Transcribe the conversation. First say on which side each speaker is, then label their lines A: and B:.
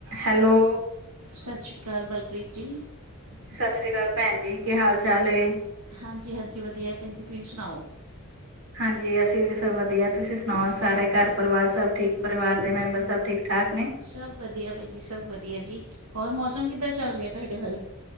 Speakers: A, on the right; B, on the right.
A: Hello.
B: ਸਤਿ ਸ਼੍ਰੀ ਅਕਾਲ, ਬਲਪ੍ਰੀਤ ਜੀ।
A: ਸਤਿ ਸ੍ਰੀ ਅਕਾਲ ਭੈਣ ਜੀ। ਕੀ, ਹਾਲ-ਚਾਲ ਏ।
B: ਹਾਂਜੀ-ਹਾਂਜੀ, ਵਧੀਆ ਭੈਣ ਜੀ, ਤੁਸੀਂ ਸੁਣਾਓ?
A: ਹਾਂਜੀ ਅਸੀਂ ਵੀ ਸਭ ਵਧੀਆ, ਤੁਸੀ ਣਾਓ, ਹੋਰ ਸਾਰੇ
B: ਹਾਂਜੀ
A: ਘਰ-ਪਰਿਵਾਰ ਸਭ ਠੀਕ, ਪਰਿਵਾਰ ਦੇ ਮੈਂਬਰ ਸਭ ਠੀਕ-ਠਾਕ ਨੇ?
B: ਸਭ ਵਧੀਆ, ਬਾਈ ਜੀ ਸਭ ਵਧੀਆ ਜੀ। ਹੋਰ, ਮੌਸਮ ਕਿੱਦਾਂ ਚੱਲ ਰਿਹਾ ਤੁਹਾਡੇ ਵੱਲ?